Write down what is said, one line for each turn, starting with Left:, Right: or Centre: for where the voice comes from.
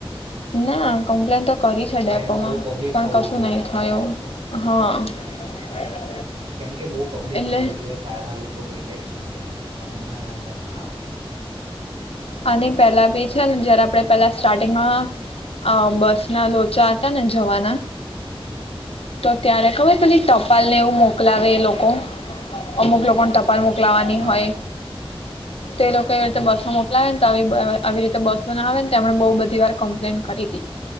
Left: ના કમ્પ્લેન તો કરી છે ડેપોમાં
Right: પણ એમાં બહુ પબ્લિક
Left: પણ
Right: હોવું
Left: કશું
Right: જોઈએ
Left: નહીં થયું હા. <inaudible>
Right: કેમ કે બહુ પબ્લિક
Left: એટલે
Right: હોવું જોઈએ તારા લોકો કઈ ક છેણલે અને એમના નજરમાં આવે
Left: અને પેલા બી છે ને <unintelligible> આપડે પેલા સ્ટાર્ટિંગમાં અ બસ ના લોચા હતા ને જવાના તો ત્યારે ખબર
Right: હા
Left: પેછી ટપાલ ને એવું મોક મોકલાવે એ લોકો. અમુક લોકોને ટપાલ મૂક લાવવાની
Right: હા
Left: હોય.
Right: હા
Left: તે લોકો એવી રીતે
Right: હમ
Left: બસો મોકલાવે ને તો આવી રીતે બસો ના આવે મ બ બ બધી વાર કમ્પ્લેન કરી હતી